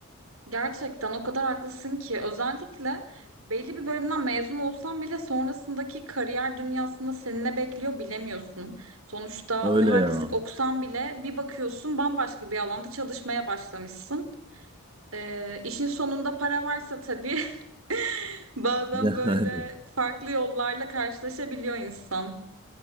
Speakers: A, on the right; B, on the right.
A: Gerçekten o kadar haklısın ki özellikle belli bir bölümden mezun olsan bile sonrasındaki kariyer dünyasında seni ne bekliyor bilemiyorsun. Sonuçta
B: Öyle
A: mühendislik
B: ya.
A: okusan bile bir bakıyorsun bambaşka bir alanda çalışmaya başlamışsın. Ee, işin sonunda para varsa tabii <laughs> bazen
B: <laughs>
A: böyle
B: Yani.
A: farklı yollarla karşılaşabiliyor insan.